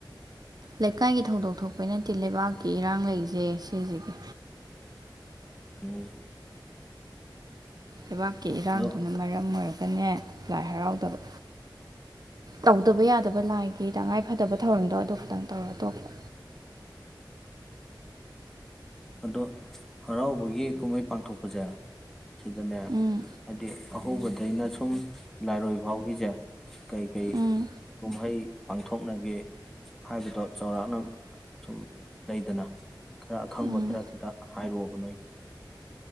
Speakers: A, on the right; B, in the centre.
A: ꯂꯩꯀꯥꯏꯒꯤ ꯊꯧꯗꯣꯛ ꯊꯣꯛꯄ ꯅꯠꯇꯦ ꯂꯩꯕꯥꯛ ꯀꯤ ꯏꯔꯥꯡ ꯂꯩꯁꯦ ꯁꯤꯁꯤꯒꯤ
B: ꯎꯝ
A: ꯂꯩꯕꯥꯛꯀꯤ ꯏꯔꯥꯡꯗꯨꯅ
B: ꯑꯗꯣ
A: ꯃꯔꯝ ꯑꯣꯏꯔꯒ ꯅꯦ ꯂꯥꯏ ꯍꯔꯥꯎꯗꯕ ꯇꯧꯗꯕ
B: ꯑꯣ
A: ꯌꯥꯗꯕ ꯂꯥꯏ ꯒꯤ ꯇꯉꯥꯏꯐꯗꯕ ꯊꯧꯔꯝꯗꯣ ꯑꯗꯨ ꯈꯇꯪ ꯇꯧꯔ ꯇꯣꯛꯄ
B: ꯑꯗꯣ ꯍꯔꯥꯎꯕꯒꯤ ꯀꯨꯝꯍꯩ ꯄꯥꯡꯊꯣꯛꯄꯁꯦ ꯁꯤꯗꯅ
A: ꯎꯝ
B: ꯍꯥꯏ ꯑꯍꯧꯕꯗ ꯑꯩꯅ ꯁꯨꯝ ꯂꯥꯏꯔꯣꯏ ꯐꯥꯎꯈꯤꯁꯦ ꯀꯩꯀꯩ
A: ꯎꯝ
B: ꯀꯨꯝꯍꯩ ꯄꯥꯡꯊꯣꯛꯅꯒꯦ ꯍꯥꯏꯕꯗꯣ ꯆꯥꯎꯔꯥꯛꯅ ꯁꯨꯝ ꯂꯩꯗꯅ ꯈꯔ ꯈꯪꯕ
A: ꯎꯝ
B: ꯈꯔ ꯇ ꯍꯥꯏꯔꯛꯑꯣꯕ ꯅꯣꯏ